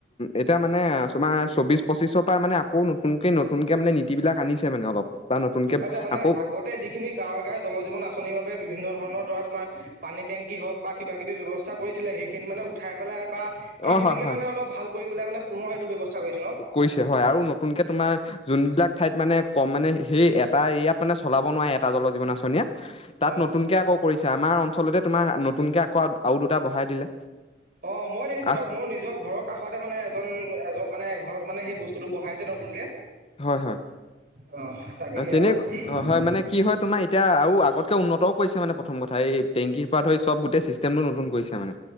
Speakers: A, on the left; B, on the right.
A: এতিয়া মানে তোমাৰ চৌব্বিছ পঁচিছৰ পৰা মানে আ কৌ নতুনকে নতুনকে মানে নীতি বিলাক আনিছে মানে অলপ বা নতুনকে
B: আচ্ছা মানে
A: আকৌ।
B: আগতে যিখিনি গাঁৱে গাঁৱৰ জল জীৱন আঁচনিৰ বাবে বিভিন্ন ধৰণৰ ধৰা তোমাৰ পানী টেংকি হওক বা কিবা কিবি ব্যৱস্থা কৰিছিলে সেইখিনি মানে উঠাই পেলাই বা সেইখিনিকে
A: অ হয় হয়
B: মানে অলপ ভাল কৰি পেলাই মানে পুনৰ এইটো ব্যৱস্থা কৰিছে ন।
A: কৰিছে হয় আৰু নতুনকে তোমাৰ যোনবিলাক ঠাইত মানে কম মানে সেই এটা এৰিয়াত মানে চলাব নোৱাৰে এটা জল জীৱন আঁচনিয়ে তাত
B: অ
A: নতুনকে আকৌ কৰিছে আমাৰ অঞ্চলতে তোমাৰ নতুনকৈ আকৌ আৰু দুটা বঢ়াই দিলে।
B: অ' মই দেখিছো
A: আছ
B: বাৰু মোৰ নিজৰ ঘৰত। কাষতে মানে এজন, এজন মানে এঘৰত মানে সেই বস্তুটো বহাইছে নতুনকে
A: হয় হয়
B: অ' তাকে
A: তেনে
B: আৰু।
A: অ হয় মানে কি হয় তোমাৰ এতিয়া আৰু আগতকে উন্নতও কৰিছে মানে প্ৰথম কথা এই টেংকিৰ পৰা ধৰি চব গোটেই চিষ্টেমটো নতুন কৰিছে মানে।